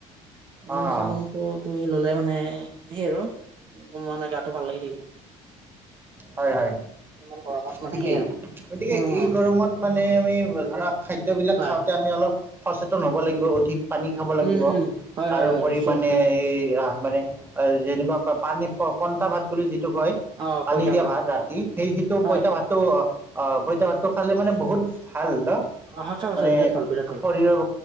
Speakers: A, on the right; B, on the right.
A: নিম
B: অ',
A: চামোনতটো তুমি ল'লে মানে। সেই আৰু মানে গাটো ভাল লাগি থাকিব।
B: হয় হয়
A: ইমান গৰমত মানে
B: ঠিকেই
A: সেই আৰু
B: গতিকে
A: উম
B: এই গৰমত মানে আমি ধৰা। খাদ্যবিলাক
A: হয়
B: খাওঁতে আমি অলপ সচেতন হ'ব লাগিব অধিক। পানী খাব লাগিব
A: উম উম হয়
B: তাৰপৰি
A: হয় হয় নিশ্চয়
B: মানে
A: নিশ্চয়
B: এই। মানে যেনেকুৱা পানী পন্টা ভাত বুলি যিটো কয়।
A: অ
B: পানী
A: পইতা
B: দিয়া ভাত ৰাতি সেই সেইটো
A: হয়
B: পইতা ভাতটো অ পইতা ভাতটো খালে মানে বহুত ভাল।
A: অ সঁচা সঁচা
B: মানে
A: বিৰাট ভাল বিৰাট ভাল
B: শৰীৰৰ